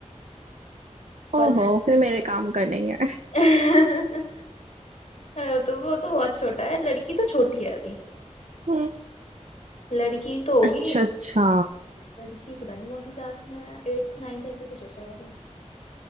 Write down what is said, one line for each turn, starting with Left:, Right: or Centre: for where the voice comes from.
Right: ओहो
Left: और लड़-
Right: फिर मेरे काम का नहीं है
Left: <laughs> वो तो वो तो बहुत छोटा है लड़की तो छोटी है अभी
Right: हम्म,
Left: लड़की तो होगी
Right: अच्छा अच्छा
Left: लड़की पता नहीं कौन सी क्लास में है एट्थ नाइन्थ ऐसी कुछ है शायद है